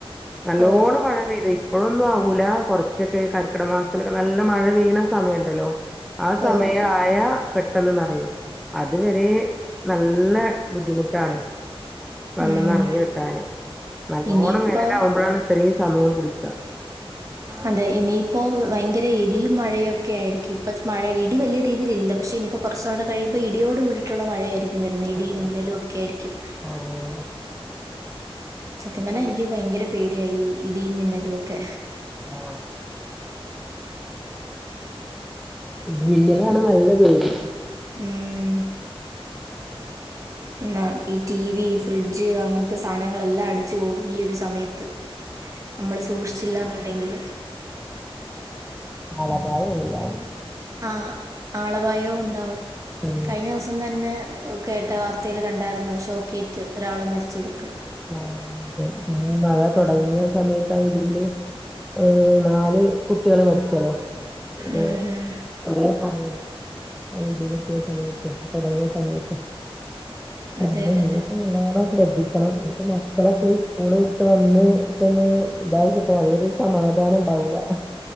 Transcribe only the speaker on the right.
ഓ
ഓ
ഉം
ഇനിയിപ്പോ
അതെ ഇനിയിപ്പോ വയങ്കര ഇടിയും മഴയയും ഒക്കെ ആയിരിക്കും. ഇപ്പൊ മഴ ഇടി വല്ല്യാ രീതില് ഇല്ല പക്ഷെ ഇനിയിപ്പോ കൊറച്ച് നാള്ടെ കഴിയുമ്പോ ഇടിയോട് കൂടിയിട്ടുള്ള മഴയേരി ക്കും വരുന്നെ ഇടീം
മിന്നലും
ഒക്കെയായിരിക്കും
സത്യം പറ്ഞ്ഞ
എനിക്ക് ഭയങ്കര പേടിയാ ഈ ഇ ഡീ മിന്നലു ഒക്കെ
ഊം പിന്നെ ഈ ടീവി ഫ് ഫ്രിഡ്ജ് അങ്ങൻ തെ സാനങ്ങളെല്ലാം അടി ജോ ഈ ഒരു സമയത്ത് നമ്മള് സൂക്ഷിച്ചില്ലാന്നുണ്ടെങ്കില്
ആ ആളപായവും ഉണ്ടാവും
കഴിഞ്ഞ ദിവസം തന്നെ എ കേ ട്ട വാർത്തയിൽ കണ്ടായിരുന്നു ഷോക്കേറ്റ് ഒരാള് മരിച്ചതൊക്കെ
ഉം ഹും.
അതെ അതെ